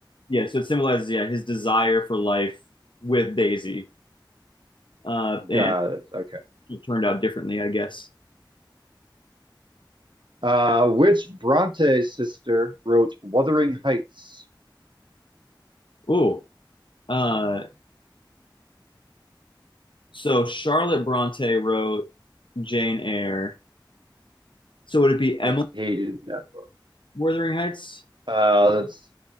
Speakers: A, on the left; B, on the right.
A: Yeah. So it symbolizes yeah his desire for life with Daisy. Uh, and
B: got it. Okay.
A: it turned out differently, I guess.
B: Uh, which Bronte sister wrote *Wuthering Heights*?
A: Ooh. Uh, so Charlotte Bronte wrote Jane Eyre. So would it be Emily
B: I hated that book.
A: Wuthering Heights?
B: Uh, that's